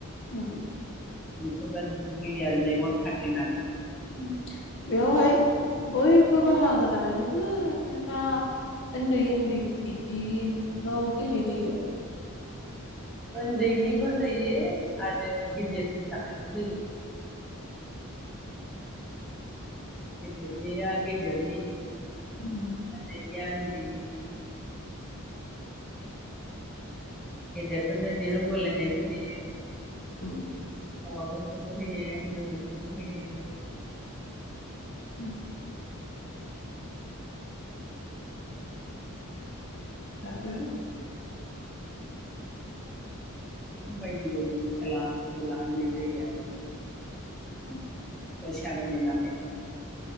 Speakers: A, on the left; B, in the centre.
A: उम
B: बेफोरबायदिखौ होयो आरो मेगन खाथेनानै
A: उम बेवहाय बयबो बाहागो ला बो ना ओन्दै ओन्दै इदि ल गेलेहोयो
B: ओन्दैनिबो होयो आरो गिदिरनि थाखायबो होयो हदि रागदनि
A: उम
B: आ दै <unintelligible> गेदेरफोरनो दिरुं बोलायनायबो होयो
A: उम
B: हौवाफोरखौबो होयो हिनजावफोरखौबो होयो
A: उम आरो
B: बि बायदि बायदि खेला दुला होनाय जायो आरो
A: <inaudible>
B: बै सागोनि नामै